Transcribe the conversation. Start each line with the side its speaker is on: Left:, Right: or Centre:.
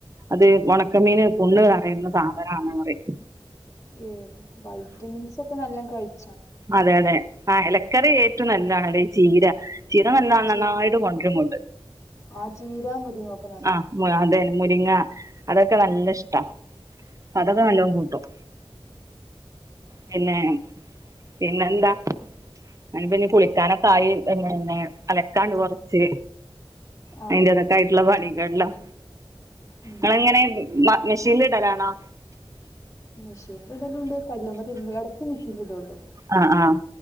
Right: അത് ഉണക്കമീന് <unintelligible> കറയുന്ന <unintelligible>
Left: ഏ വൈറ്റമിൻസ് ഒക്കെ നല്ല കഴിച്ച
Right: അതെ അതെ ആ ഇലക്കറി ഏറ്റവും നല്ലതാണെടെ ചീര ചീര നല്ല നന്നായിട്ട്
Left: ചീര
Right: കൊണ്ടരന്നൊണ്ട്
Left: ആ ചീര മുരിങ്ങൊക്കെ നല്ലതാ
Right: ആ അതെനു മുരിങ്ങ അതൊക്കെ നല്ല ഇഷ്ടാ. അതൊക്കെ
Left: ആഹ്
Right: നല്ലവും കൂട്ടും പിന്നെ പിന്നെ എന്താ <unintelligible> പിന്നെ അലക്കാണ്ട് കുറച്ച്
Left: ആഹ്
Right: അതിന്റകത്തായിട്ടുള്ള പണികല്ലാം
Left: ഉം
Right: നിങ്ങളെങ്ങനെ മ മെഷീനിലിടലാണോ?
Left: മെഷീനിടലുണ്ട് കല്ലിമ്മേ തിരുമ്പിയെടുത്തു മെഷീനിടലുള്ളു.
Right: അഹ് അഹ്